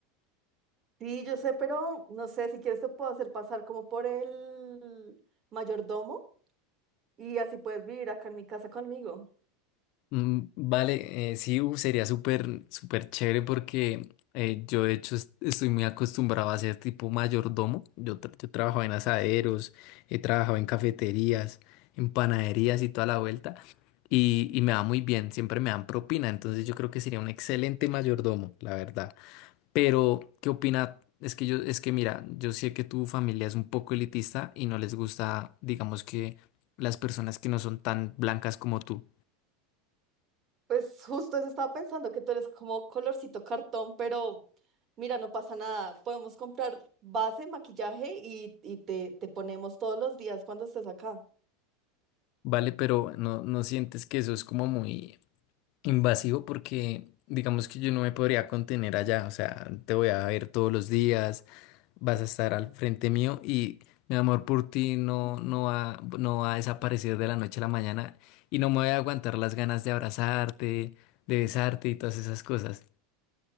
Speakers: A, on the right (about 35°); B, on the left (about 60°).
A: Sí, yo sé, pero no sé, si quieres te puedo hacer pasar como por el mayordomo y así puedes vivir acá en mi casa conmigo.
B: Mm, Vale, eh, sí, uf, sería súper, súper chévere porque eh, yo de hecho es- estoy muy acostumbrado a ser tipo mayordomo. Yo, tra- yo trabajaba en asaderos, he trabajado en cafeterías, en panaderías y toda la vuelta. Y, y me va muy bien, siempre me dan propina, entonces yo creo que sería un excelente mayordomo, la verdad. Pero, ¿qué opina? Es que yo, es que mira, yo sé que tu familia es un poco elitista y no les gusta, digamos que, las personas que no son tan blancas como tú.
A: Pues justo eso estaba pensando, que tú eres como colorcito cartón, pero mira, no pasa nada. Podemos comprar base, maquillaje y, y te, te ponemos todos los días cuando estés acá.
B: Vale, pero no, no sientes que eso es como muy invasivo porque digamos que yo no me podría contener allá, o sea, te voy a ver todos los días, vas a estar al frente mío y mi amor por ti no, no va, no va a desaparecer de la noche a la mañana y no me voy a aguantar las ganas de abrazarte, de besarte y todas esas cosas.